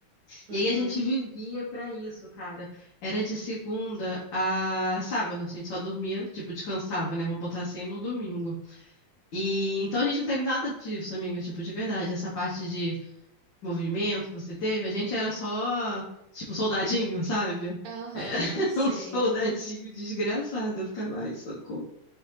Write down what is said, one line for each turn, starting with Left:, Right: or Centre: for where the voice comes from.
Left: E
Right: Uhum.
Left: aí a gente vivia pra isso, cara. Era de segunda a sábado, a gente só dormia, tipo, descansava, né? Vamos botar assim no domingo. E então a gente não teve nada disso, amiga, tipo, de verdade, essa parte de movimento que você teve, a gente era só, tipo, soldadinho, sabe?
Right: Aham,
Left: É, <laughs>
Right: sei.
Left: um soldadinho desgraçado, eu ficava, ai, socorro.